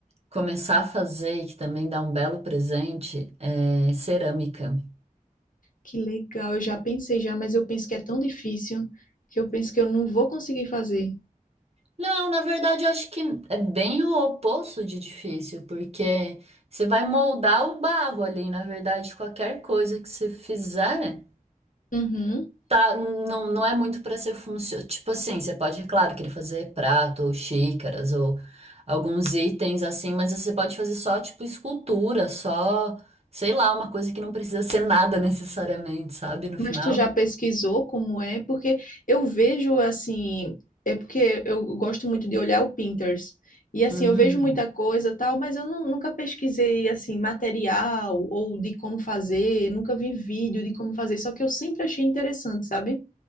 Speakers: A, on the right (about 45°); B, on the left (about 65°).
A: começar a fazer, e que também dá um belo presente, é cerâmica.
B: Que legal, eu já pensei já, mas eu penso que é tão difícil que eu penso que eu não vou conseguir fazer.
A: Não, na verdade, eu acho que é bem o oposto de difícil, porque você vai moldar o barro ali. Na verdade, qualquer coisa que você fizer,
B: Uhum.
A: tá, não, não é muito para ser funcional. Tipo assim, você pode, é claro, querer fazer prato ou xícaras ou alguns itens assim, mas você pode fazer só, tipo, escultura, só, sei lá, uma coisa que não precisa ser nada <laughs> necessariamente, sabe? No final.
B: Mas tu já pesquisou como é? Porque eu vejo assim, é porque eu gosto muito de olhar o Pinterest. E assim,
A: Uhum.
B: eu vejo muita coisa tal, mas eu nu- nunca pesquisei assim material ou de como fazer, nunca vi vídeo de como fazer, só que eu sempre achei interessante, sabe?